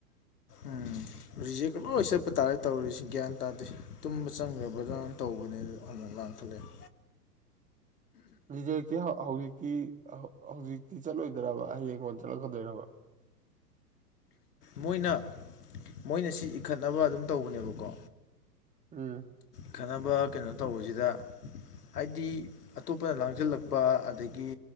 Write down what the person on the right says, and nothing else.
ꯔꯤꯖꯦꯛꯇꯤ ꯍꯧꯖꯤꯛꯇꯤ ꯍꯧꯖꯤꯛꯇꯤ ꯆꯠꯂꯣꯏꯗ꯭ꯔꯕ ꯍꯌꯦꯡ ꯀꯣꯟꯅ ꯆꯠꯂꯛꯀꯗꯣꯏꯔꯕ
ꯎꯝ